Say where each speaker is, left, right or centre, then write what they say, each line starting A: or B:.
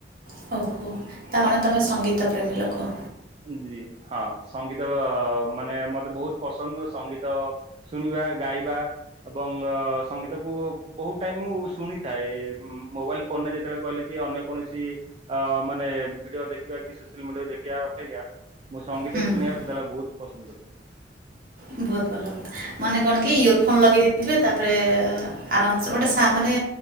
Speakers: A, on the right (about 55°); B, on the right (about 30°).
A: ହଉ ହଉ ତାମାନେ ତୁମେ ସଙ୍ଗୀତ ପ୍ରେମୀ ଲୋକ।
B: ଜି ହଁ ସଙ୍ଗୀତ ମାନେ ମତେ ବୋହୁତ ପସନ୍ଦ ସଙ୍ଗୀତ ଶୁଣିବା ଗାଇବା। ଏବଂ ସଙ୍ଗୀତକୁ ବୋହୁତ ଟାଇମ ମୁଁ ଶୁଣିଥାଏ, ମୋବାଇଲ ଫୋନ୍ ରେ ଯେତେବେଳେ କହିଲେ କି ଅନ୍ୟ କୌଣସି ମାନେ ଭିଡ଼ିଓ ଦେଖିବା କି ସୋସିଆଲ ମିଡ଼ିଆକୁ ଦେଖିବା ଆଜ୍ଞା ମୁଁ ସଙ୍ଗୀତକୁ
A: ହୁଁ
B: ଶୁଣିବାକୁ ସେତେବେଳେ ବୋହୁତ ପସନ୍ଦ କରିଥାଏ
A: ବୋହୁତ ଭଲ କଥା। ମାନେ କଣ କି ଇୟର ଫୋନ ଲଗେଇ ଦେଇେଇଥିବେ ତାପରେ ଆରାମସ ଗୋଟେ ସା ମାନେ